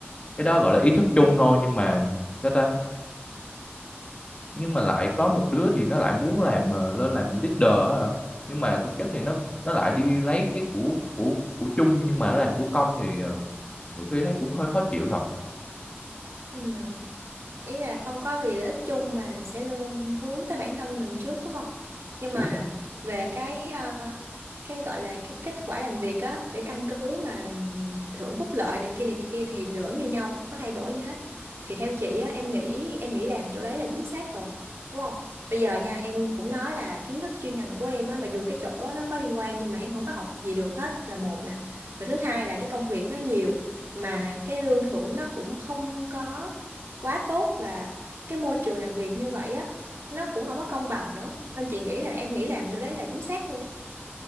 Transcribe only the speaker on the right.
Ừ. ý là không có vì lợi ích chung mà sẽ luôn hướng tới bản thân mình trước đúng không nhưng
mà về cái ờ, cái gọi là cái kết quả làm việc á để căn cứ mà thưởng phúc lợi này kia này kia thì vẫn như nhau không có thay đổi gì hết thì theo chị á em nghĩ em nghĩ làm chỗ đấy là chính xác rồi đúng không bây giờ nha em cũng nói là kiến thức chuyên ngành của em á mặc dù cái chỗ đó nó có liên quan nhưng mà em không có học gì được hết là một nè rồi thứ hai là cái công việc nó nhiều mà cái lương thưởng nó cũng không có quá tốt và cái môi trường làm việc như vậy á nó cũng không có công bằng nữa nên chị nghĩ là em nghĩ làm chỗ đấy là chính xác luôn